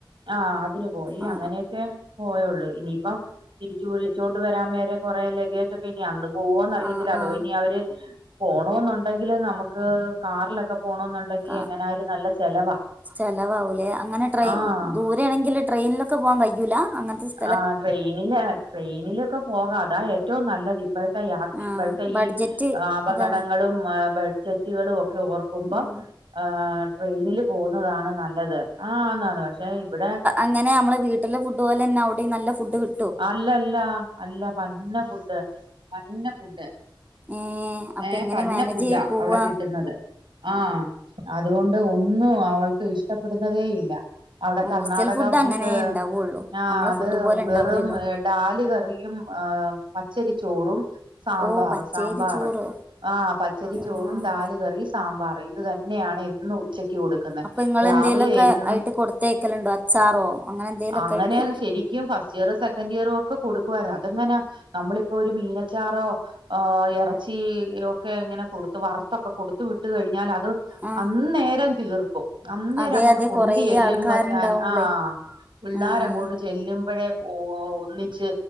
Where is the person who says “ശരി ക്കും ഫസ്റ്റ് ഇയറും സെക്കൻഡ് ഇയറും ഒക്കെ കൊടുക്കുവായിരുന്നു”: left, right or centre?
Right